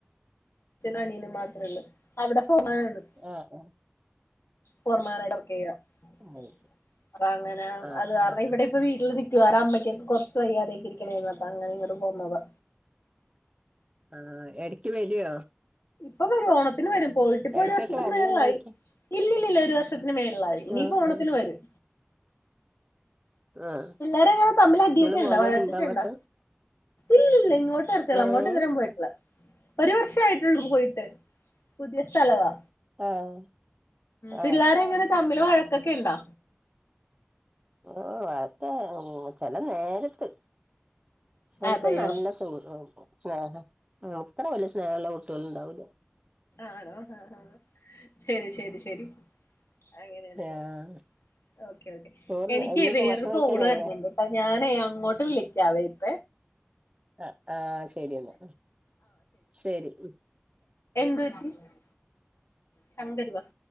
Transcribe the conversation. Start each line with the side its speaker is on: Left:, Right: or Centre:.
Left: ച്ചനും അനിയനും മാത്രേള്ളൂ അവിടെ <unintelligible>
Right: ആഹ് ആ
Left: ഫോർമനായി വർക്ക് ചെയ്യാഅപ്പൊ
Right: ആഹ് അത് ശരി
Left: അങ്ങനെ
Right: ആഹ്
Left: അത് കാരണം
Right: ആഹ്
Left: ഇവിടെ
Right: ആഹ്
Left: ഇപ്പ വീട്ടിൽ നി ഇവരെ അമ്മക്കെ കുറച്ച് വയ്യാതേട്ട് ഇരിക്ക്ണേനു അപ്പ അങ്ങനെ ഇങ്ങട്ട് പോന്നതാ.
Right: ആ എടക്ക് വെരോ
Left: ഇപ്പൊ വരും ഓണത്തിന് വരും പോയിട്ട് ഇപ്പൊ
Right: എടക്കൊക്കെ
Left: ഒരു വർഷത്തിന്
Right: വരല്ണ്ടായിക്ക
Left: മേളിലായി ഇല്ലില്ലില്ല ഒരു വർ ത്തിന് മേളിലായി ഇനിയിപ്പോ
Right: ആഹ്
Left: ഓണത്തിന്
Right: ആഹ്
Left: വരും
Right: ആഹ്
Left: പിള്ളേരെങ്ങനെ തമ്മിൽ അടിയൊക്കെ
Right: ഇങ്ങള്
Left: ഉണ്ട
Right: പോവലുണ്ടോ
Left: വഴക്കൊക്കെ
Right: അങ്ങട്ട്
Left: ഉണ്ടാ? ഇല്ലല്ല ഇങ്ങോട്ട് വരത്തില്ല
Right: ഏഹ്
Left: അങ്ങോട്ട് ഇതുവരേം പോയിട്ടിള്ള ഒരു വർഷമായി മ് പോയിട്ട് പുതിയ സ്ഥലവാ
Right: ആഹ്
Left: പിള്ളേരെങ്ങനെ
Right: ആഹ് ശരി
Left: തമ്മില് വഴക്കൊക്കെ ഇണ്ടോ?
Right: ഓ അതെ ഉം ചെല നേരത്ത് ചിലപ്പോ
Left: അതെയോ
Right: നല്ല സു സ്നേഹ ഇത്ര വലിയ സ്നേഹള്ള കുട്ടിയോൾ ഇണ്ടാവൂല്ല.
Left: ആണോ ആഹ് ശരി ശരി ശരി അങ്ങനെയാണ്ലേ
Right: ആഹ്
Left: ഓക്കെ ഓക്കേ
Right: ചോറ്
Left: എനിക്ക്
Right: ഇഞ്ഞിപ്പോ
Left: വേറൊരു
Right: ഭക്ഷണം കഴിക്കാനായില്ലേ
Left: കോള് വരണണ്ട് ഞാനേ അങ്ങോട്ട് വിളിക്കാവേ ഇപ്പ
Right: ആഹ് ആഹ് ശരി എന്നാ ശരി
Left: <unintelligible> ശങ്കരി വഹ